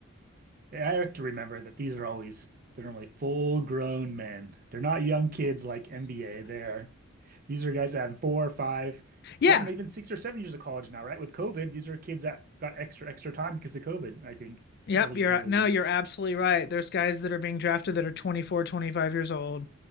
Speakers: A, on the right; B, on the left.
A: I have to remember that these are always they're normally full grown men. They're not young kids like MBA. They're these are guys that have four or five,
B: Yeah,
A: I don't know, even six or seven years of college now, right? With COVID, these are kids that got extra extra time because of COVID, I think,
B: Yep,
A: eligibility.
B: you're no, you're absolutely right. There's guys that are being drafted that are 24, 25 years old.